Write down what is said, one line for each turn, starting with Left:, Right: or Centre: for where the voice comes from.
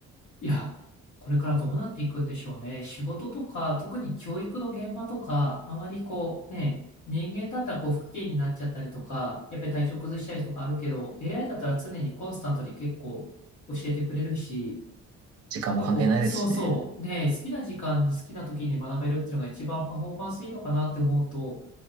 Left: いや、これからどうなっていくんでしょうね。仕事とか、特に教育の現場とか、あまりこうね、人間だったらこう不機嫌になっちゃったりとか、やっぱり体調崩したりとかあるけど、AI だったら常にコンスタントに結構教えてくれるし、
Right: 時間も関係ないですしね。
Left: なんかこう、そうそう、ね、好きな時間に好きな時に学べるっていうのが一番パフォーマンスいいのかなって思うと、